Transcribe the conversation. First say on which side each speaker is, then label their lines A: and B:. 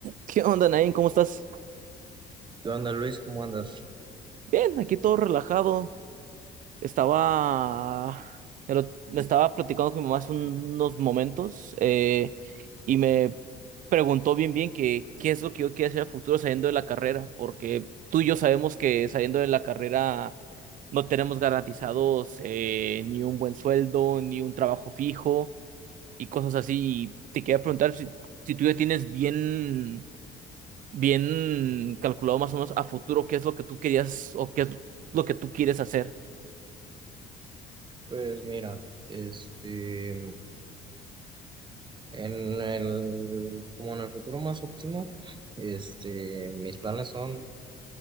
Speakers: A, on the right; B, on the right.
A: ¿Qué onda, Nain? ¿Cómo estás?
B: ¿Qué onda, Luis? ¿Cómo andas?
A: Bien, aquí todo relajado. Estaba, me lo- me estaba platicando con mi mamá hace unos momentos eh, y me preguntó bien bien que qué es lo que yo quiero hacer a futuro saliendo de la carrera, porque tú y yo sabemos que saliendo de la carrera no tenemos garantizados eh, ni un buen sueldo, ni un trabajo fijo y cosas así. Y te quería preguntar si, si tú ya tienes bien bien calculado más o menos a futuro qué es lo que tú querías o qué es lo que tú quieres hacer.
B: Pues mira, este, en el, como en el futuro más óptimo, este, mis planes son,